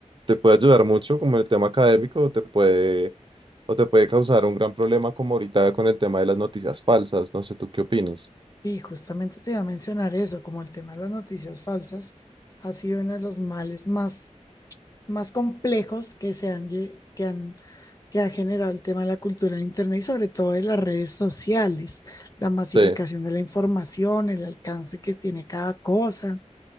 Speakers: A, on the right; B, on the left.
A: te puede ayudar mucho como en el tema académico, o te puede, o te puede causar un gran problema como ahorita con el tema de las noticias falsas. No sé, ¿tú qué opinas?
B: Y justamente te iba a mencionar eso, como el tema de las noticias falsas ha sido uno de los males más más complejos que se han, que han, que ha generado el tema de la cultura de Internet y sobre todo de las redes sociales, la masificación
A: Sí,
B: de la información, el alcance que tiene cada cosa.